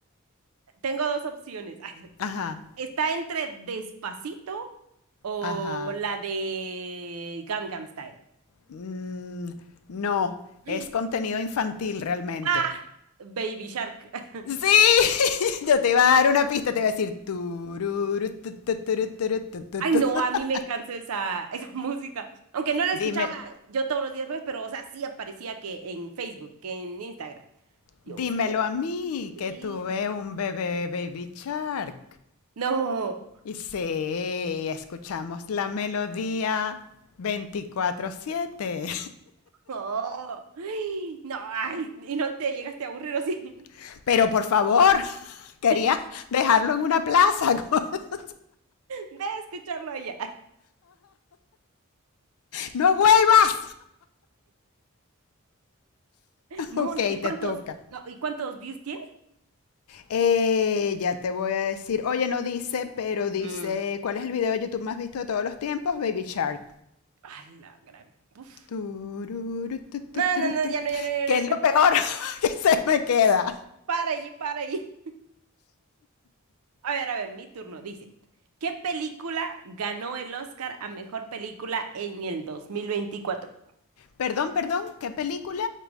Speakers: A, on the right (about 85°); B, on the left (about 80°).
A: tengo dos opciones. <laughs>
B: Ajá,
A: Está entre Despacito o
B: ajá.
A: la de Gangnam Style.
B: Mm, no,
A: <gasps>
B: es contenido infantil realmente.
A: Ah, Baby Shark. <laughs>
B: Sí, <laughs> yo te iba a dar una pista, te iba a decir tururu, tu, tu, turu, turu, tu, tu,
A: Ay,
B: tu.
A: no,
B: <laughs>
A: a mí me cansó esa, <laughs> esa música. Aunque no la
B: Dime,
A: escuchaba yo todos los días, pues, pero, o sea, sí aparecía que en Facebook, que en Instagram. Dios.
B: dímelo a mí,
A: Sí.
B: que tuve un bebé baby shark.
A: No,
B: Y sí, escuchamos la melodía veinticuatro siete,
A: no, Ay, no, ay, y no te llegaste a aburrir, ¿o sí?
B: <laughs> Pero por favor, <laughs> quería
A: <laughs>
B: dejarlo en una plaza. <laughs>
A: De escucharlo allá.
B: No vuelvas.
A: No,
B: Ok,
A: no, ¿y cuántos,
B: te toca.
A: no, ¿y cuántos views tiene?
B: Eh, ya te voy a decir, oye, no dice, pero dice,
A: Mm,
B: ¿cuál es el video de YouTube más visto de todos los tiempos? Baby Shark.
A: a la gran. Uf.
B: Tururu, tu,
A: No,
B: tu, turu,
A: no, no,
B: turu.
A: ya no, ya no, ya
B: ¿Qué
A: no.
B: es
A: ya
B: lo
A: no.
B: peor <laughs> que se me queda?
A: Para allí, para allí. <laughs> A ver, a ver, mi turno. Dice, ¿qué película ganó el Oscar a mejor película en el dos mil veinticuatro?
B: Perdón, perdón, ¿qué película?